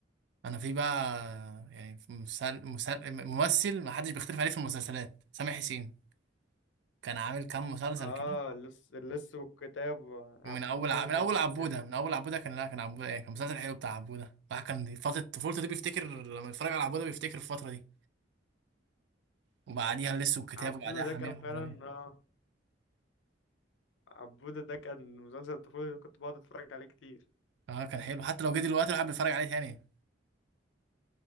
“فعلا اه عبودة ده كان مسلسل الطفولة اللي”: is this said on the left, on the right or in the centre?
Left